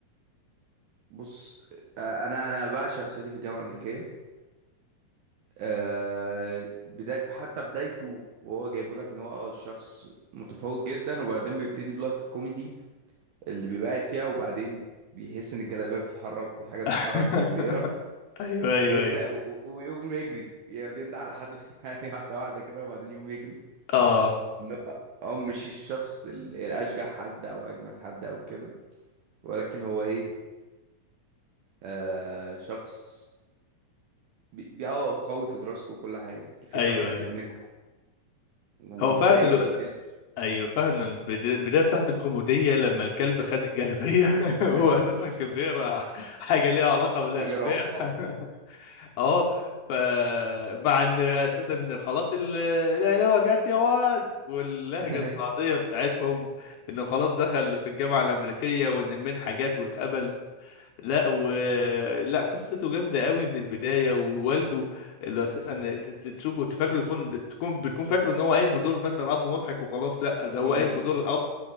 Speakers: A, on the right; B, on the left.
A: بص آه، انا انا بعشق صعيدي في الجامعة الأمريكية أه بدا... حتى بدايته وهو جايبه لك ان هو اه الشخص متفوق جدا وبعدين بيبتدي بلوت كوميدي اللي بيبقى قاعد فيها وبعدين بيحس ان الجلابيه بتتحرك والحاجه بتتحرك
B: <laughs>
A: وهو بيقرا
B: ايوه ايوه
A: ويبدا
B: ايوه
A: و- و- ويقوم يجري يعني يندع على حد في <laughs> يعني واحده واحده كده وبعدين يقوم يجري
B: اه
A: ان هو هو مش الشخص ال- الاشجع حد او اجمد حد او كده ولكن هو ايه آه شخص بي بي- اه قوي في دراسته وكل حاجه الفكره
B: ايوه
A: بتاعت
B: ايوه
A: المنحه وبدايه
B: هو فعلا الو...
A: الفيلم
B: ايوه فعلا البد- البدايه بتاعت الكوميديه لما الكلب خد الجلابيه <laughs> هو
A: <laughs>
B: اساسا كان بيقرا حاجه ليها علاقه بالاشباح
A: حاجه رعب
B: <laughs> اه فمع ان اساسا خلاص ال- العلاوه جت يا واد واللهجه
A: <laughs>
B: الصعيديه بتاعتهم انه خلاص دخل في الجامعه الامريكيه وان المنحه جت واتقبل لا و لا قصته جامده قوي من البدايه ووالده اللي اساسا انت تشوفه تفكره تكون تكون بتكون فاكره ان هو قايم بدور مثلا اب مضحك وخلاص لا ده
A: امم
B: هو قايم بدور اب